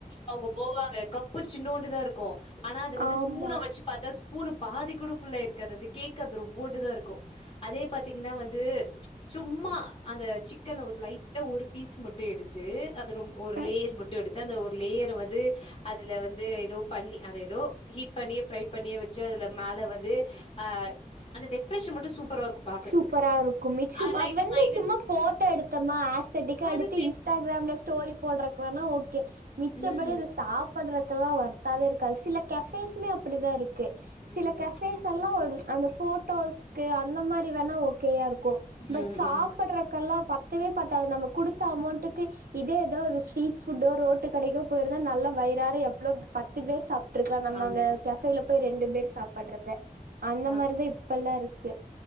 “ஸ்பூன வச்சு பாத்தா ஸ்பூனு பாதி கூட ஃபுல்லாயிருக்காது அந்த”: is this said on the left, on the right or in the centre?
Left